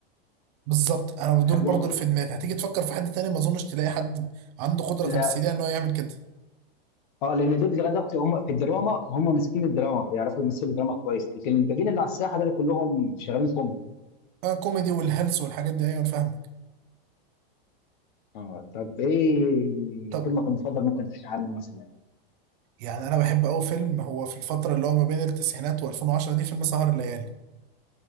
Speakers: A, on the right; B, on the left.
A: بالظبط انا دول
B: حلوها
A: برضه اللي في دماغي هتيجي تفكر في حد تاني ما اظنش تلاقي حد عنده قدرة
B: لا
A: تمثيلية ان هو يعمل كده
B: اه لان دول لغايه دلوقتي هم في الدراما هم ماسكين الدراما بيعرفوا يمثلوا الدراما كويس لكن الباقيين اللي على الساحه دول كلهم شغالين كوميدي
A: اه كوميدي والهلس والحاجات دي ايوه انا فاهمك
B: اه طب ايه
A: طب
B: فيلمك المفضل ممكن تحكي عنه مثلا
A: يعني انا بحب قوي فيلم هو في الفترة اللي هو ما بين التسعينات و2010 دي فيلم سهر الليالي